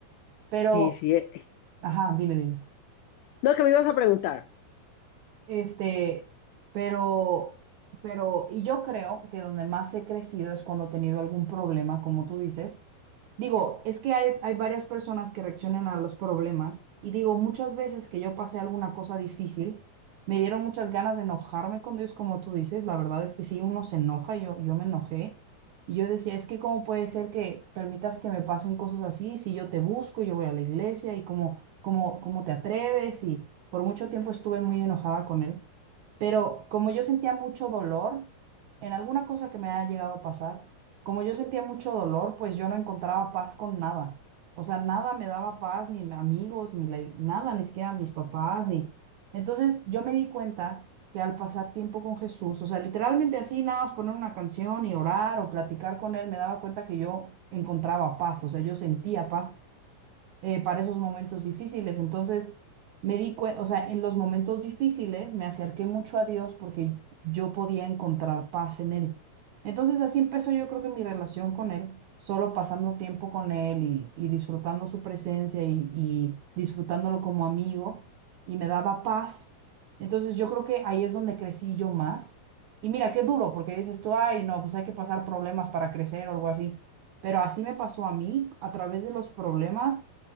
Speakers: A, on the right; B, on the left.
A: Pero,
B: Sí, sí. eh.
A: ajá, dime, dime.
B: No, que me ibas a preguntar.
A: Este, pero, pero, y yo creo que donde más he crecido es cuando he tenido algún problema, como tú dices. Digo, es que hay, hay varias personas que reaccionan a los problemas y digo, muchas veces que yo pasé alguna cosa difícil, me dieron muchas ganas de enojarme con Dios, como tú dices. La verdad es que si uno se enoja, yo, yo me enojé. Y yo decía, es que cómo puede ser que permitas que me pasen cosas así si yo te busco, yo voy a la iglesia y como ¿Cómo, cómo te atreves? Y por mucho tiempo estuve muy enojada con él. Pero como yo sentía mucho dolor en alguna cosa que me haya llegado a pasar, como yo sentía mucho dolor, pues yo no encontraba paz con nada. O sea, nada me daba paz, ni amigos, ni la- nada, ni siquiera mis papás, ni... Entonces yo me di cuenta que al pasar tiempo con Jesús, o sea, literalmente así, nada más poner una canción y orar o platicar con él, me daba cuenta que yo encontraba paz, o sea, yo sentía paz eh, para esos momentos difíciles. Entonces, me di cuenta, o sea, en los momentos difíciles me acerqué mucho a Dios porque yo podía encontrar paz en Él. Entonces, así empezó yo creo que mi relación con Él, solo pasando tiempo con Él y, y disfrutando su presencia y, y disfrutándolo como amigo y me daba paz. Entonces, yo creo que ahí es donde crecí yo más. Y mira, qué duro, porque dices tú, ay, no, pues hay que pasar problemas para crecer o algo así. Pero así me pasó a mí, a través de los problemas